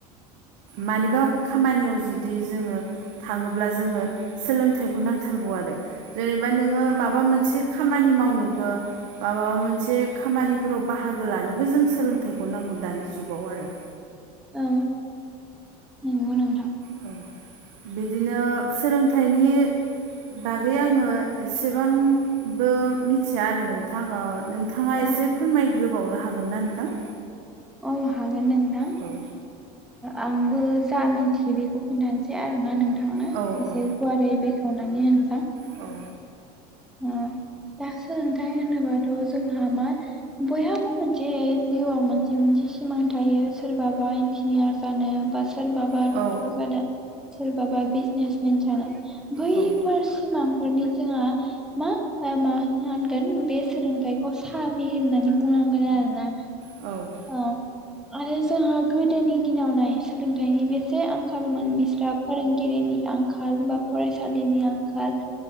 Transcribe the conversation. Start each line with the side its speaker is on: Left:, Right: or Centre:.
Right: मानिबा खामानियाव जुदि जोङो थाङोब्ला जोङो सोलोंथाइखौ नांथारगौ आरो। जेनेबा नोङो माबा मोनसे खामानि मावनोबो बा माबा मोनसे खामानिफोराव बाहागो लानोबो जों सोलोंथाइखौ नांगौ दानि जुगाव आरो।
Centre: औ नंगौ नोंथां।
Right: औ। बिदिनो सोलोंथाइनि बागै आङो एसेबांबो मिथिया आरो नों नोंथां। नोंथाङा
Centre: औ
Right: एसे फोरमायग्रोबावनो हागोन ना नोंथां?
Centre: औ हागोन नोंथां।
Right: औ
Centre: आंबो जा मिथियो बेखौ खिन्थानोसै आरोना नों थांनो
Right: औ औ
Centre: एसे गुवारै बेखेवनानै होनोसां।
Right: औ।
Centre: ओ दा सोलोंथाइ होनोबाथ' जोंहा मा बयहाबो मोनसे जिउआव मोनसे मोनसे सिमां थायो। सोरबाबा इन्जिनियार जानो बा सोरबा बा
Right: औ
Centre: डक्टर
Right: औ
Centre: जानो सोरबाबा बिजनेसमेन जानो बैफोर
Right: औ
Centre: सिमांफोरनि जोंहा मा मा होनगोन बे सोलोंथाइखौ साबि होननानै बुंनांगोन आरोना।
Right: औ।
Centre: ओ आरो जोंहा गोदोनि दिनाव नाय सोलोंथाइनि बेसे आंखालमोन बिस्राब फोरोंगिरिनि आंखाल बा फरायसालिनि आंखा आंखाल।